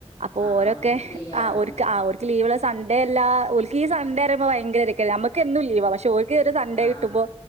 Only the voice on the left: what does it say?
ആഹ്
ഓൽക്ക് ഫ്രീ
ആവണല്ലേ
ആഹ്